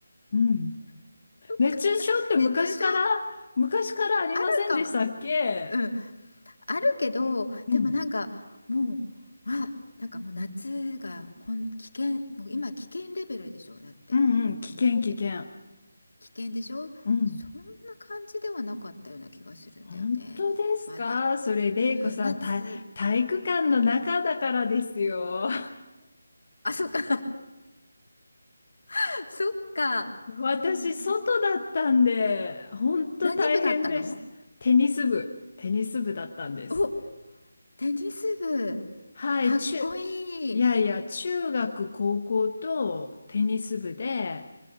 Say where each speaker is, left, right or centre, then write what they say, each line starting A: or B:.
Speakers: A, on the left; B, on the left.
A: うん。熱中症って昔から、
B: かんない熱中症
A: 昔からありませんでしたっけ
B: あるかはうんあるけどでもなんかもうあなんかもう夏がこん危険もう今危険レベルでしょだって今って。
A: うん。うんうん。危険危険。
B: 危険でしょそんな感じではなかったような気がするんだよね。
A: うん。本当ですかそれ、
B: まだ。
A: れいこさん、
B: うん、夏。
A: 体体育館の中だからですよ。
B: あ、そっか。<laughs> そっか。
A: 私、
B: うんえー、
A: 外だったんで、本当大変でした。
B: 何部だったの
A: テニス部、テニス部だったんです。
B: お、テニス部。
A: はい、
B: かっこいい。
A: 中、いやいや、中学、高校とテニス部で、